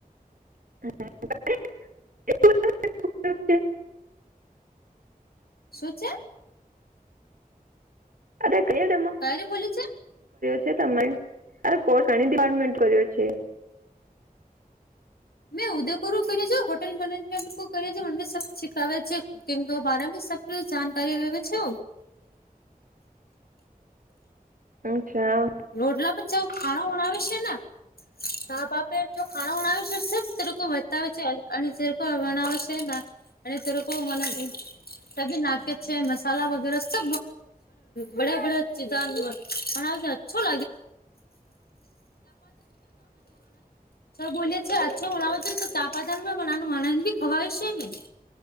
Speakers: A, on the right; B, on the left.
A: <inaudible>
B: શું છે.
A: અરે <unintelligible> કર્યો
B: ક્યારે બોલ્યું છે
A: છે તમારે અરે કોર ડિપાર્ટમેન્ટ કર્યો છે.
B: મેં ઉદયપુરું કર્યું છે હોટેલ મેનેજમેન્ટું કર્યું છે મને સબ શીખાવે છે. કેમ બાર સબ જાનકારી લેવે છો.
A: અચ્છા.
B: રોટલા પણ જેવ ખાણો બણાવે છે ને તાર બાપે જો ખાણો <unintelligible> <unintelligible> બતાવે છે અને જે વર્ણવે છે. અને તે લોકો <unintelligible> નાકે છે મસાલા વગેરે સબ બનાવે. <unintelligible> <unintelligible> બોલી છે અછો વણાવો છો તો તાપાદમા <unintelligible> ખવાય શેને.